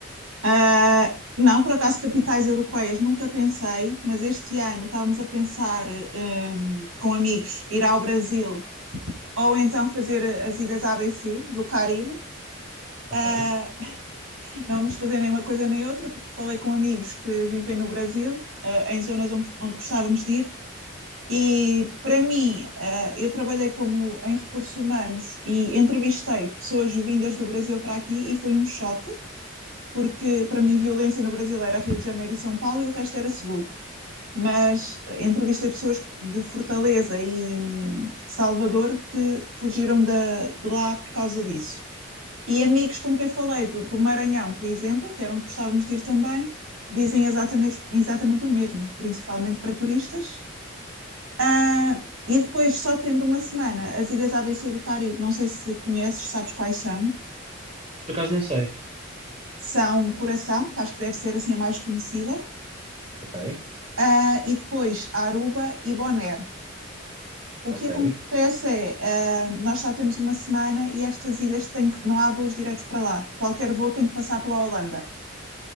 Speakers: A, on the right (about 85°); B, on the right (about 30°).
A: ah, não, por acaso, capitais europeias nunca pensei, mas este ano estávamos a pensar hum, com amigos ir ao Brasil ou então fazer as ilhas ABC do Caribe.
B: Ok.
A: Ah, Não vamos fazer nem uma coisa nem outra, porque falei com amigos que vivem no Brasil, eh, em zonas onde, onde gostávamos de ir, e para mim, eh, eu trabalhei como em recursos humanos e entrevistei pessoas vindas do Brasil para aqui e foi um choque, porque para mim violência no Brasil era Rio de Janeiro e São Paulo e o resto era seguro. Mas eh, entrevistei pessoas de Fortaleza e hum, Salvador que fugiram da- de lá por causa disso. E amigos com quem falei do, do Maranhão, por exemplo, que era onde gostávamos de ir também, dizem exatamente, exatamente o mesmo, principalmente para turistas. Ah, e depois, só tendo uma semana, as ilhas ABC do Caribe, não sei se conheces, sabes quais são.
B: Por acaso não sei.
A: São um Coração, que acho que deve ser assim a mais conhecida,
B: Ok,
A: ah, e depois Aruba e Bonaire. O
B: ok.
A: que acontece é, ah, nós só temos uma semana e estas ilhas têm que, não há voos diretos para lá. Qualquer voo tem que passar pela Holanda,